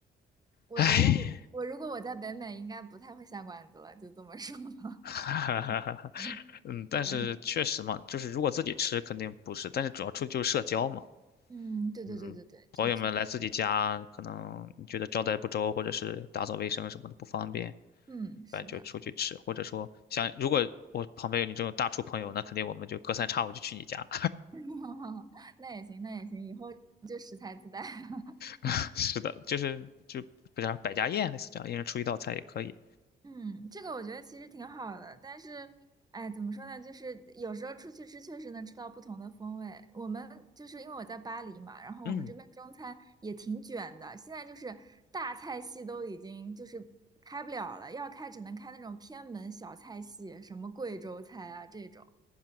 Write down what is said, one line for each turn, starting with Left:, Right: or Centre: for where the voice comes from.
Right: 我觉得我如果我在北美，
Left: 唉，
Right: 应该不太会下馆子了，就这么说吧。
Left: <laughs>
Right: <laughs> 嗯，
Left: 嗯，但是确实嘛，
Right: 对，
Left: 就是如果自己吃肯定不是，但是主要出去就是社交嘛，
Right: 嗯，对对对对对，
Left: 嗯，朋友们来自己家，
Right: 这确，
Left: 可能你觉得招待不周或者是打扫卫生什么的不方便，
Right: 嗯，是的，
Left: 反正就出去吃，或者说像如果我旁边有你这种大厨朋友，那肯定我们就隔三差五就去你家。
Right: <laughs> 那也行，那也行，以后就食材自带。<laughs>
Left: <laughs> 是的，就是就不叫百家宴类似这样，一人出一道菜也可以。
Right: 嗯，这个我觉得其实挺好的，但是，哎，怎么说呢？就是有时候出去吃，确实能吃到不同的风味。我们就是因为我在巴黎嘛，然后我们这边中餐也挺卷的，
Left: 嗯，
Right: 现在就是大菜系都已经就是开不了了，要开只能开那种偏门小菜系，什么贵州菜啊这种。